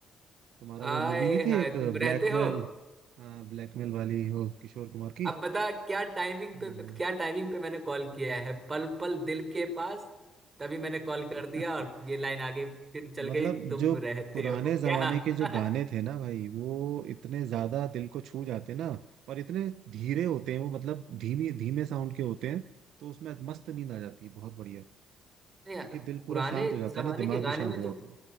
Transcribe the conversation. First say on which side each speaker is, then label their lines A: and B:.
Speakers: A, on the right; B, on the right.
A: तुम्हारा वो
B: आए
A: मूवी नहीं थी
B: हाय
A: एक
B: तुम
A: ब्लैकमेल
B: रहते हो
A: हाँ, ब्लैकमेल वाली वो किशोर कुमार की
B: अब बता क्या टाइमिंग
A: हम्म।
B: पे क्या टाइमिंग पे मैंने कॉल किया है पल पल दिल के पास तभी मैंने कॉल कर
A: <laughs>
B: दिया और ये लाइन आ गई फिर चल
A: मतलब
B: गई तुम
A: जो
B: रहते
A: पुराने
B: हो
A: जमाने
B: क्या <laughs>
A: के जो गाने थे ना भाई वो इतने ज्यादा दिल को छू जाते ना और इतने धीरे होते हैं वो मतलब धीमी धीमे साउंड के होते हैं तो उसमें मस्त नींद आ जाती है बहुत बढ़िया
B: नहीं यार,
A: क्योंकि दिल पूरा
B: पुराने
A: शांत हो जाता
B: जमाने
A: है ना दिमाग
B: के गाने
A: भी शांत
B: में
A: हो
B: तो
A: जाता है